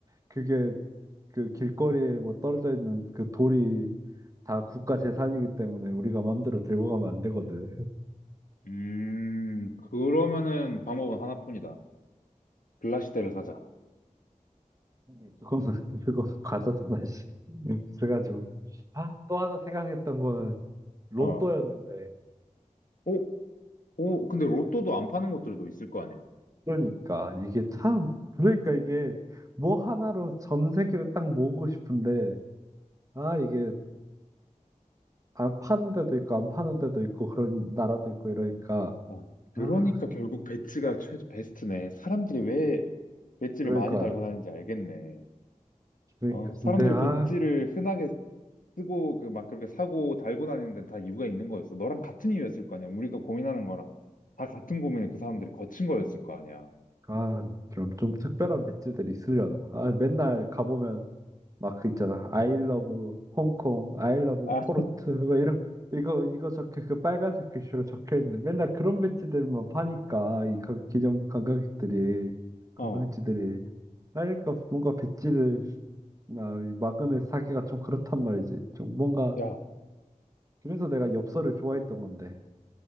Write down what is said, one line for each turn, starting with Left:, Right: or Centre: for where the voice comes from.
Right: 그게 그 길거리에 뭐 떨어져 있는 그 돌이 다 국가 재산이기 때문에 우리가 마음대로 들고 가면 안 되거든.
Left: 음, 그러면은 방법은 하나뿐이다. 글라시대를 사자.
Right: <laughs> 그거는 그거 과자잖아, 씨. 음. 그래가지고 아, 또 하나 생각했던 거는 로또였는데.
Left: 어. 오, 오, 근데 로또도 안 파는 곳들도 있을 거 아니야.
Right: 그러니까 이게 참 그러니까 이게 뭐 하나로 전 세계를 딱 모으고 싶은데 아, 이게 안 파는 데도 있고 안 파는 데도 있고 그런 나라도 있고 이러니까
Left: 어. 그러니까
Right: 아,
Left: 결국 배지가 최, 베스트네. 사람들이 왜 배지를
Right: 그러니까
Left: 많이 달고 다니는지 알겠네.
Right: 그러니까
Left: 어, 사람들이
Right: 근데 아
Left: 배지를 흔하게 쓰고 그 막 그렇게 사고 달고 다니는 데는 다 이유가 있는 거였어. 너랑 같은 이유였을 거 아니야. 우리가 고민하는 거랑 다 같은 고민을 그 사람들이 거친 거였을 거 아니야.
Right: 아, 그럼 좀 특별한 배지들이 있으려나? 아, 맨날 가보면 막 그 있잖아. I love 홍콩, I love
Left: 아,
Right: 포르투, 막 이런 이거 이거 적혀 그 빨간색 글씨로 적혀 있는 맨날 그런 배지들만 파니까 이 관- 기존 관광객들이 관광지들이
Left: 어,
Right: 그러니까 뭔가 배지를 나 마그넷 사기가 좀 그렇단 말이지. 좀 뭔가
Left: 야,
Right: 그래서 내가 엽서를 좋아했던 건데.